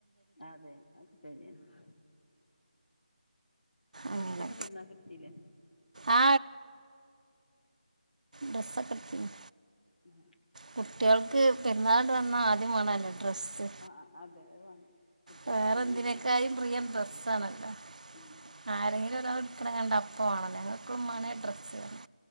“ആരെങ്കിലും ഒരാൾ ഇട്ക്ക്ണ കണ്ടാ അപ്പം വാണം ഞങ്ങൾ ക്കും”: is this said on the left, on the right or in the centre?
Right